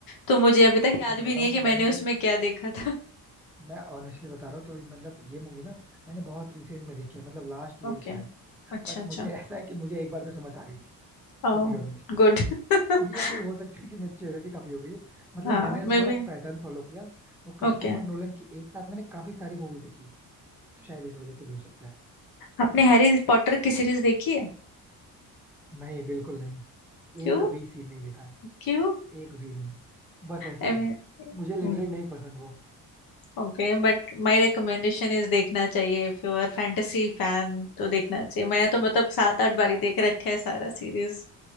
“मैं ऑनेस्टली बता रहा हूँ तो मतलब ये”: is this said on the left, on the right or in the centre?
Centre